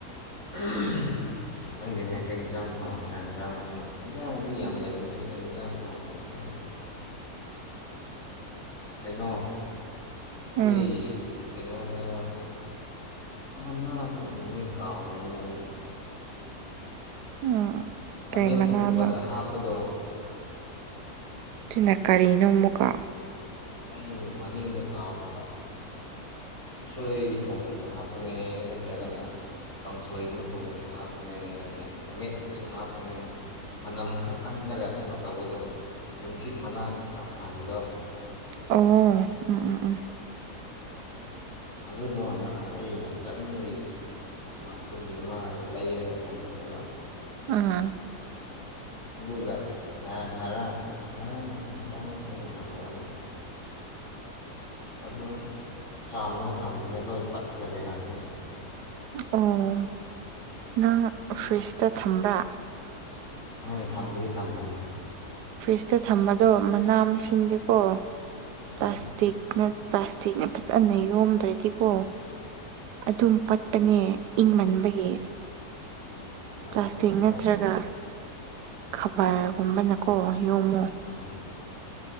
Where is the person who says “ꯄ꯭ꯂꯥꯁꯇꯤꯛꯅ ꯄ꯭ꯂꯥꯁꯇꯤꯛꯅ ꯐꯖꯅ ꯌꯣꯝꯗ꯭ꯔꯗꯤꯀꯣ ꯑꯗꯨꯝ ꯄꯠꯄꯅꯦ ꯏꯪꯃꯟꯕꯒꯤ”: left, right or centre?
Right